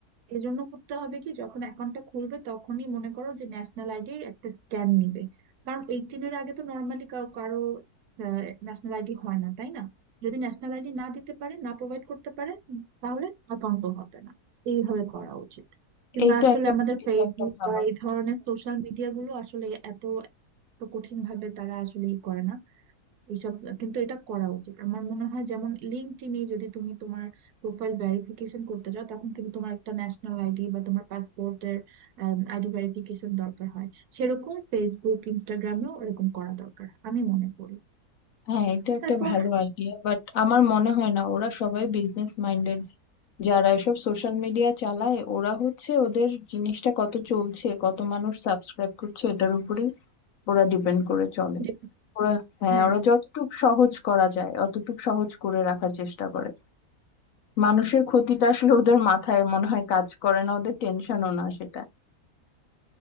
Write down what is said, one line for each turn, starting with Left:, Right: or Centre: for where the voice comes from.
Right: এজন্য করতে হবে কি যখন অ্যাকাউন্টটা খুলবে তখনই মনে করো যে ন্যাশনাল আইডির একটা স্ক্যান নিবে কারণ এইটিনের আগে তো নর্মালি কারো কারো ন্যাশনাল আইডি হয় না তাই না যদি ন্যাশনাল আইডি না দিতে পারে না প্রোভাইড করতে পারে তাহলে অ্যাকাউন্টও হবে না এইভাবে করা উচিত কিন্তু
Left: এইটা
Right: আসলে
Left: একটা
Right: আমাদের
Left: এটা
Right: ফেসবুক
Left: একটা ভালো
Right: বা এই ধরনের সোশ্যাল মিডিয়া গুলো আসলে এত এত কঠিন ভাবে তারা আসলে ই করে না এইসব কিন্তু এটা করা উচিত আমার মনে হয় যেমন লিঙ্কডইনে যদি তুমি তোমার প্রোফাইল ভেরিফিকেশন করতে চাও তখন কিন্তু তোমার একটা ন্যাশনাল আইডি বা তোমার পাসপোর্টের আইডি ভেরিফিকেশন দরকার হয় সেরকম ফেসবুক ইনস্টাগ্রামেও এরকম করা দরকার আমি মনে করি
Left: হ্যাঁ এটা একটা
Right: তারপর
Left: ভালো আইডিয়া বাট আমার মনে হয় না ওরা সবাই বিজনেস মাইন্ডেড যারা এসব সোশ্যাল মিডিয়া চালায় ওরা হচ্ছে ওদের জিনিসটা কত চলছে কত মানুষ সাবস্ক্রাইব করছে এটার উপরেই ওরা ডিপেন্ড করে চলে
Right: যে-
Left: ওরা হ্যাঁ
Right: হ্যাঁ
Left: ওরা যতটুকু সহজ করা যায় অতটুকু সহজ করে রাখার চেষ্টা করে মানুষের ক্ষতিটা আসলে ওদের মাথায় মনে হয় কাজ করে না ওদের টেনশনও না সেটা